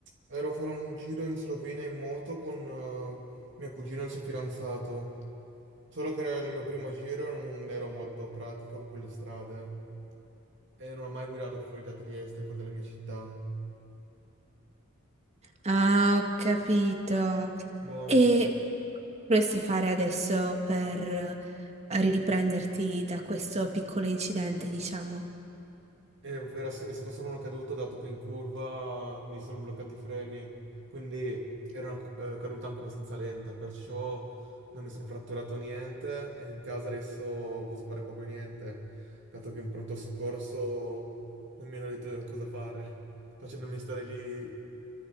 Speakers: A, on the right; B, on the right.
A: ero a fare un giro in Slovenia in moto con eh, mio cugino e il suo fidanzato, solo che era il mio primo giro e non ero molto pratico in quelle strade e non ho mai guidato fuori da Trieste, fuori dalla mia città.
B: Ah, ho capito.
A: Boh.
B: E vorresti fare adesso per riprenderti da questo piccolo incidente, diciamo?
A: Eh, era- è stata solo una caduta dato che in curva mi sono bloccati i freni, quindi era una eh, caduta anche abbastanza lenta, perciò non mi sono fratturato niente e in casa adesso posso fare poco e niente, dato che in pronto soccorso non mi hanno detto cosa fare, <laughs> facendomi stare lì,